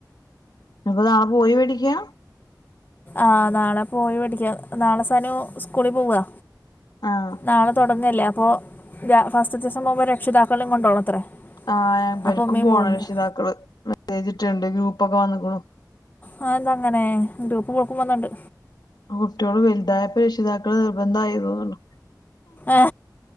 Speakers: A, on the left; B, on the left.
A: ഇപ്പൊ നാളെ പോയി മേടിക്കാ
B: ആ നാളെ പോയി മേടിക്ക നാളെ സശു സ്കൂളി പോവാ
A: ആഹ്
B: നാളെ തുടങ്ങല്ലേ അപ്പോ ഫസ്റ്റ് ദീസം പോവുമ്പോൾ രക്ഷിതാക്കളേം കൊണ്ടോണം അത്രേ
A: ആഹ് ഞാൻ ഇവർക്കും
B: അപ്പോൾ ഉമ്മയും
A: പോണം
B: പോകുന്നുണ്ട്
A: രക്ഷിതാക്കള് മെസ്സേജ് ഇട്ടുണ്ട് ഗ്രൂപ്പൊക്കെ വന്നേക്കണു
B: ആ എന്താ അങ്ങനെ ഗ്രൂപ്പ് ഓക്കും വന്നിണ്ട്
A: ആ കുട്ടിയോള് വലുതായപ്പോ രക്ഷിതാക്കൾ നിർബന്ധായി തോന്നുണു
B: ആ